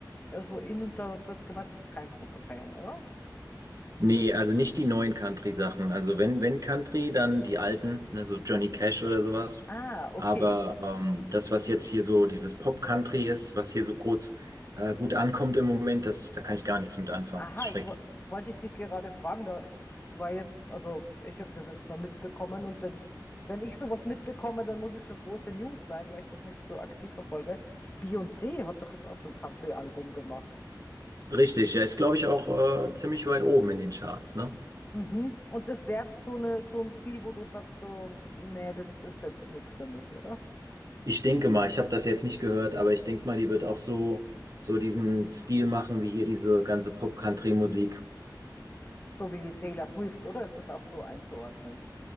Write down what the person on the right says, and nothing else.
Nee, also nicht die neuen Country-Sachen. Also wenn, wenn Country, dann die alten, ne, so Johnny Cash oder sowas.
Aber ähm, das, was jetzt hier so dieses Pop-Country ist, was hier so groß äh, gut ankommt im Moment, das, da kann ich gar nichts mit anfangen.
Das ist schrecklich.
Richtig, ja, ist glaube ich auch äh, ziemlich weit oben in den Charts, ne?
Ich denke mal, ich habe das jetzt nicht gehört, aber ich denke mal, die wird auch so so diesen Stil machen wie hier diese ganze Pop-Country-Musik.